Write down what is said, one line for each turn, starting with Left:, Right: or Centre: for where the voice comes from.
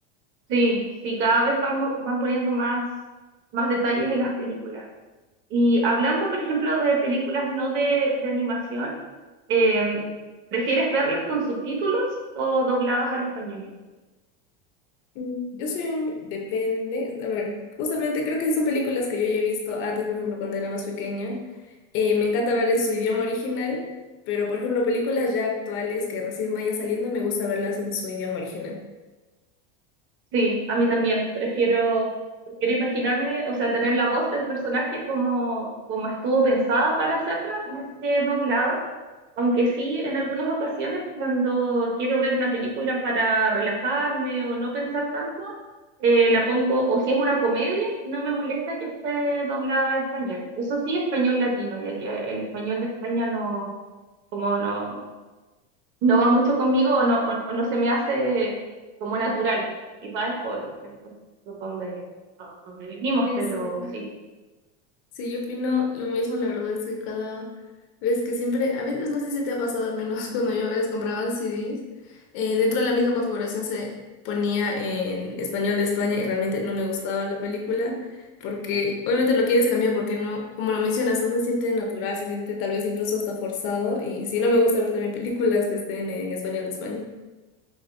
Right: Sí, sí, cada vez van, van poniendo más, más detalles en las películas. Y hablando, por ejemplo, de películas no de, de animación, em, ¿prefieres verlas con subtítulos o dobladas al español?
Left: Mm, Yo soy un... Depende. A ver, justamente creo que son películas que yo ya he visto antes, por ejemplo, cuando era más pequeña. Eh, me encanta ver en su idioma original, pero por ejemplo, películas ya actuales que recién vayan saliendo, me gusta verlas en su idioma original.
Right: Sí, a mí también. Prefiero, prefiero imaginarme, o sea, tener la voz del personaje como, como estuvo pensada para hacerla, más que doblada. Aunque sí, en algunas ocasiones, cuando quiero ver una película para relajarme o no pensar tanto, eh, la pongo, o si es una comedia, no me molesta que esté doblada a español. Eso sí, español latino, ya que el español de España no, como no, no va mucho conmigo o no, o, o no se me hace como natural, quizás es por, es por por donde, por donde vivimos,
Left: Sí,
Right: pero
Left: sí.
Right: sí,
Left: Sí, yo opino lo mismo, la verdad es que cada vez que siempre, a veces no sé si te ha pasado al menos <laughs> cuando yo a veces compraba CDs, eh, dentro de la misma configuración se ponía en español de España y realmente no me gustaba la película porque obviamente lo quieres cambiar porque no, como lo mencionas, no se siente natural, se siente tal vez incluso hasta forzado y sí, no me gusta ver también películas que estén en español de España.